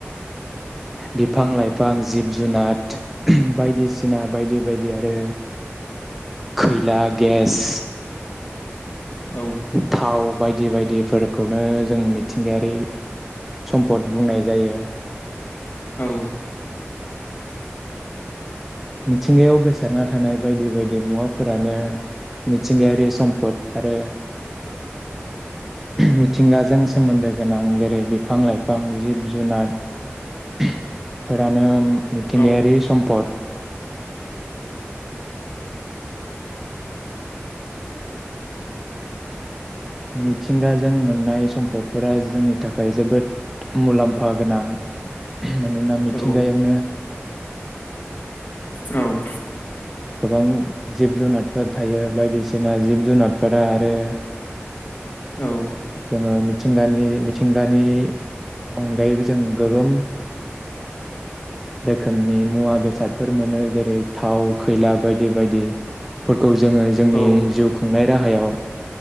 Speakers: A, in the centre; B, on the left.
A: बिफां
B: औ
A: लाइफां जिब जुनाद बायदिसिना बायदि बायदि आरो खैला गेस
B: औ
A: थाव बायदि बायदिफोरखौनो जों मिथिंगायारि सम्पद बुंनाय जायो
B: औ
A: मिथिंगायाव गोसारना थानाय बायदि बायदि मुवाफोरानो मिथिंगायारि सम्पद आरो मिथिंगाजों सोमोन्दो गोनां जेरै बि फां लाइफां जिब जुनारफोरानो मिथिंगायारि
B: औ
A: सम्पद मिथिंगाजों मोननाय सम्पदफोरा जोंनि थाखाय जोबोद मुलाम्फा गोनां मानोना मिथिंगायावनो
B: औ औ
A: गोबां जिब जुनाद फोर थायो बायदिसिना जिब जुनारफोरा आरो
B: औ
A: जोङो मिथिंगानि मिथिंगानि अनगायैबो जों गोबां रोखोमनि मुवा बेसादफोर मोनो जेरै थाव खैला बायदि बायदिफोरखौ जोङो जोंनि
B: औ
A: जिउ खुंनाय राहायाव